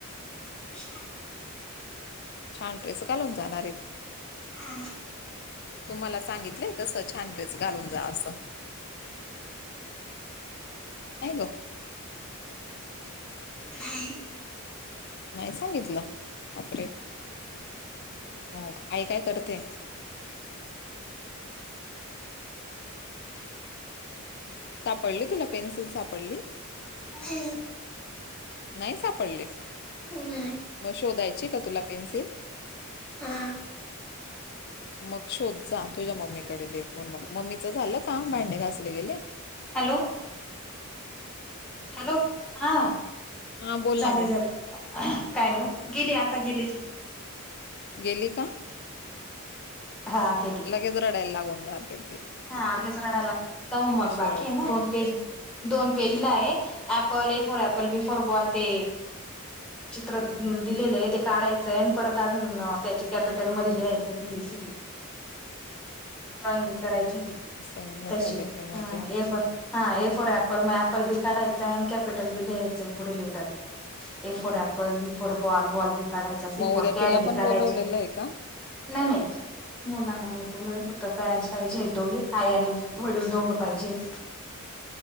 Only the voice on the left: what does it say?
छान रड्रेस घालून जाणार आहेत.
तुम्हाला सांगितलंय तसं छान ड्रेस घालून जा असं. का का
नाही सांगितलं वापरे मग आई काय करते. सापडली तुला पेन्सिल सापडली.
नाही सापडले
मग शोधायची का तुला पेन्सिल
मग शोध जा तुझ्या मम्मीकडे दे फून मग मम्मीच झालं का भांडे घासले गेले.
हा बोल
ना ग.
गेली का
लगेच रडायला लागून जहाते ते.
कशी
रडते
हा
आहे मोठ्या
लेकीमध्ये
मग
उद्या
तिला
पण
बोलवलेलं आहे का